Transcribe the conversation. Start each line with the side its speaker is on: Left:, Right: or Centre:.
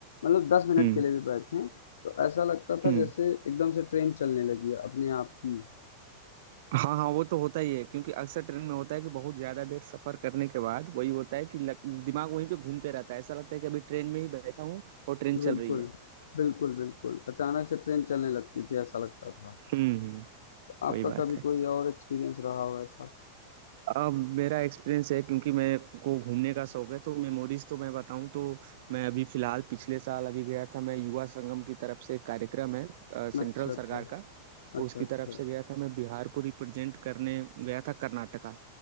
Left: मतलब दस मिनट
Right: हम्म
Left: के लिए भी बैठे तो ऐसा लगता था
Right: हम्म
Left: जैसे एकदम से ट्रेन चलने लगी है अपने आप ही
Right: हाँ हाँ वो तो होता ही है क्योंकि अक्सर ट्रेन में होता है कि बहुत ज्यादा देर सफर करने के बाद वही होता है कि लग, दिमाग वहीं पे घूमते रहता है ऐसा लगता है कि अभी ट्रेन में ही बैठा हूँ और ट्रेन
Left: बिल्कुल
Right: चल रही है
Left: बिल्कुल बिल्कुल अचानक से ट्रेन चलने लगती थी ऐसा लगता था
Right: हम्म हम्म
Left: आपका
Right: वही बात
Left: कभी
Right: है
Left: कोई और एक्सपीरियंस रहा हो ऐसा?
Right: अब मेरा एक्सपीरियंस है क्योंकि मेरे को घूमने का शौक है तो मेमोरीज तो मैं बताऊं तो मैं अभी फिलहाल पिछले साल अभी गया था मैं युवा संगम की तरफ से एक कार्यक्रम है अ, सेंट्रल
Left: अच्छा, अच्छा।
Right: सरकार का
Left: अच्छा,
Right: उसकी
Left: अच्छा।
Right: तरफ से गया था मैं बिहार को रिप्रेजेंट करने गया था कर्नाटका